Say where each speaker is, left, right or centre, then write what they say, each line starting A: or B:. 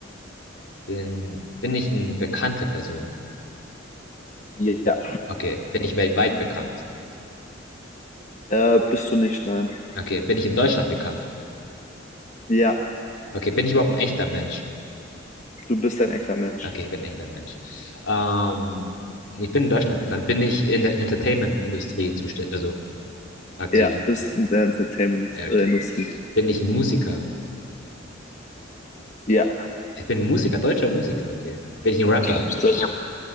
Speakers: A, on the left; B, on the left.
A: bin bin ich eine bekannte Person?
B: Ja.
A: Okay. Bin ich weltweit bekannt?
B: Äh, bist du nicht, nein.
A: Okay. Bin ich in Deutschland bekannt?
B: Ja,
A: Okay. Bin ich überhaupt ein echter Mensch?
B: du bist ein echter Mensch.
A: Okay, ich bin ein echter Mensch. Ähm, ich bin in Deutschland bekannt. Bin ich in der Entertainment-Industrie zuständig, also aktiv?
B: Ja, bist in der Entertainment-Industrie.
A: Ja, okay. Bin ich ein Musiker?
B: Ja.
A: Ich bin Musiker, deutscher Musiker, okay. Bin ich ein Rapper?
B: Bist du-